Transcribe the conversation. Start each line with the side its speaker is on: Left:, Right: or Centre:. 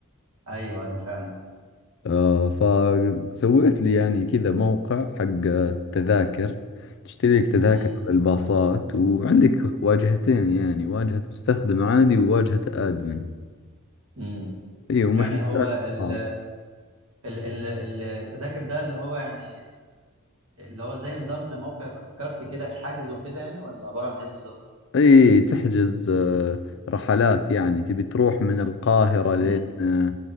Right: ايوه ايوه فعلا
Left: آه، فسويت لي يعني كذا موقع حق التذاكر تشتري لك تذاكر
Right: امم
Left: على الباصات وعندك واجهتين يعني واجهة مستخدم عادي وواجهة آدمن
Right: امم
Left: اي ومشبوكات
Right: يعني هو ال
Left: بعض.
Right: ال ال التذاكر ده اللي هو يعني اللي هو زي نظام موقع تذكرتي كده حجز وكده يعني ولا عباره عن ايه بالظبط؟
Left: اي تحجز آه، رحلات يعني تبي تروح من القاهرة لين
Right: امم
Left: آه،